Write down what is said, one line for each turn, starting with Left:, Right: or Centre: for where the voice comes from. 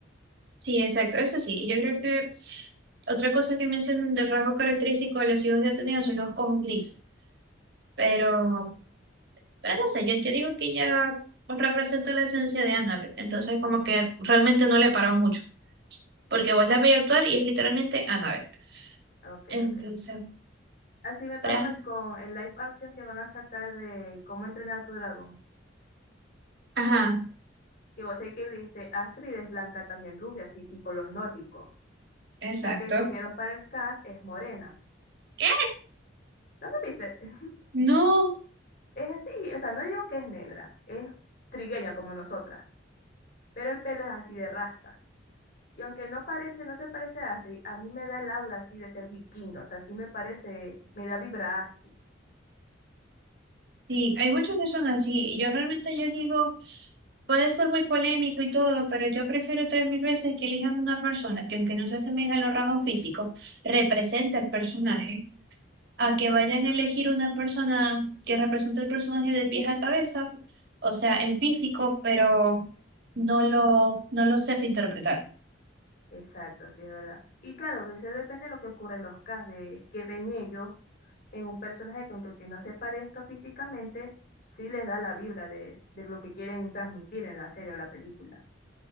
Right: sí, exacto, eso sí. Yo creo que otra cosa que mencionan del rasgo característico de los hijos de Atenea son los ojos grises. Pero, pero no sé, yo, yo digo que ella pues, representa la esencia de Annabeth. Entonces, como que realmente no le paró mucho. Porque
Left: mm,
Right: vos la veis actuar y es literalmente Annabelle.
Left: Ok,
Right: Entonces,
Left: ok. Así me pasó
Right: pra-
Left: es con el live action que van a sacar de Cómo entrenar a tu dragón.
Right: Ajá,
Left: Que vos sabés que este Astrid es blanca también rubia, así tipo los nórdicos.
Right: exacto.
Left: Y la que escogieron para el cast es morena.
Right: ¿Qué?
Left: ¿No supiste? <laughs>
Right: No,
Left: Es así, o sea, no digo que es negra, es trigueña como nosotras, pero el pelo es así de rasta. Y aunque no parece, no se parece a Astrid, a mí me da el aura así de ser vikinga, o sea, sí me parece, me da vibra Astrid.
Right: sí, hay muchos que son así. Y yo realmente yo digo, puede ser muy polémico y todo, pero yo prefiero tres mil veces que elijan una persona que aunque no se asemeje a los rasgos físicos, representa el personaje, a
Left: Exacto,
Right: que vayan a elegir una persona que represente el personaje de pies a cabeza, o sea, en físico, pero no lo, no lo sepa interpretar.
Left: exacto, sí, es verdad. Y claro, eso depende de lo que ocurre en los casts, de que ven ellos en un personaje que aunque que no se parezca físicamente, sí les da la vibra de, de lo que quieren transmitir en la serie o la película.